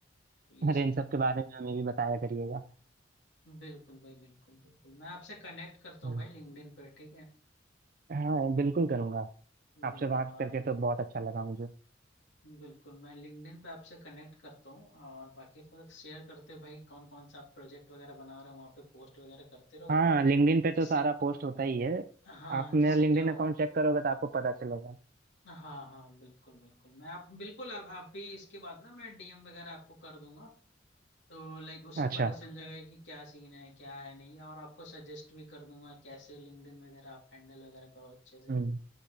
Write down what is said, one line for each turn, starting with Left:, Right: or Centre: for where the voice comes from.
Left: तो ये
Right: अरे
Left: सीन
Right: इन सब
Left: है
Right: के बारे में हमें भी बताया करिएगा
Left: बिल्कुल भाई बिल्कुल बिल्कुल मैं आपसे कनेक्ट करता
Right: हम्म।
Left: हूँ भाई लिंक्डइन पे ठीक है
Right: हाँ बिल्कुल करूंगा आपसे
Left: बिल्कुल
Right: बात करके
Left: आप
Right: तो बहुत अच्छा लगा मुझे
Left: बिल्कुल मैं लिंक्डइन पे आपसे कनेक्ट करता हूँ और बाकी फिर शेयर करते भाई कौन कौन सा आप प्रोजेक्ट वगैरह बना रहे हो वहाँ पे पोस्ट वगैरह करते रहो
Right: हाँ लिंक्डइन पे
Left: जिससे
Right: तो सारा पोस्ट होता ही है
Left: हाँ
Right: आप मेरा
Left: जिससे
Right: लिंक्डइन
Left: क्या होगा
Right: अकाउंट चेक करोगे तो आपको पता चलेगा
Left: हाँ हाँ बिल्कुल बिल्कुल मैं आप बिल्कुल आप आप भी इसके बाद ना मैं डीएम वगैरह आपको कर दूंगा तो लाइक उससे
Right: अच्छा
Left: पता चल जाएगा कि क्या सीन है क्या है नहीं और आपको सजेस्ट भी कर दूंगा कैसे लिंक्डइन वगैरह आप हैंडल वगैरह करो अच्छे से
Right: हम्म